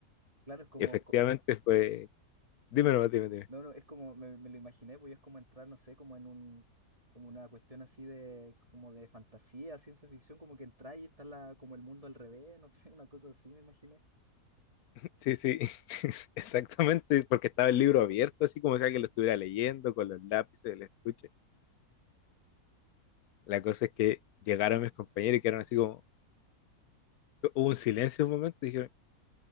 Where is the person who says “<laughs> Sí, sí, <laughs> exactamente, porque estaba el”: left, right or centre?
Left